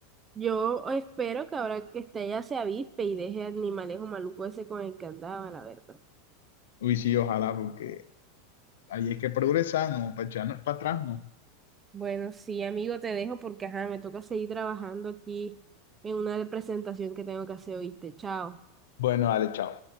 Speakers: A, on the right; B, on the left.
A: Yo espero que ahora que está ella se avispe y deje al animalejo maluco ese con el que andaba, la verdad.
B: Uy, sí, ojalá, porque ahí hay que progresar, no, para echarnos para atrás, no.
A: Bueno, sí, amigo, te dejo porque ajá, me toca seguir trabajando aquí en una presentación que tengo que hacer, ¿oíste? Chao.
B: Bueno, dale, chao.